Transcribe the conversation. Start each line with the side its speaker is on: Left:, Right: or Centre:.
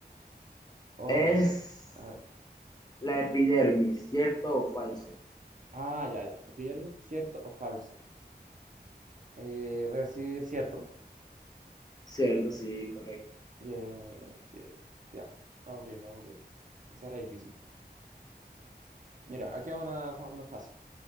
Right: oh,
Left: Es
Right: no sé. A ver.
Left: la epidermis, ¿cierto o falso?
Right: Ah, ya, ya. Epidermis, ¿cierto o falso? Eh, voy a decir cierto.
Left: Cierto, sí, correcto.
Right: Bien, bien, bien, epidermis. Ya, vamos bien, vamos bien. Esa era difícil. Mira, aquí va una más o menos fácil.